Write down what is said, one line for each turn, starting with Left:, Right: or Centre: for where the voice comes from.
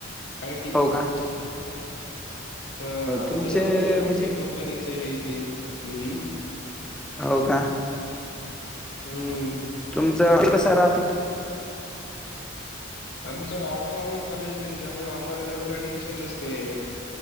Left: आय टी.
Centre: हो का?
Left: हा, अ आता
Centre: तुमचे
Left: ते आमचं चालूच
Centre: म्हणजे
Left: आहे, कंपन्याच हे ते. हम्म.
Centre: हाव का?
Left: हम्म.
Centre: तुमचं अ <unintelligible> कस राहती.
Left: आमचं ऑटोनॉमस कॉलेज आहे, त्याच्यामुळे आम्हाला तेवढं काय टेन्शन नसतंय,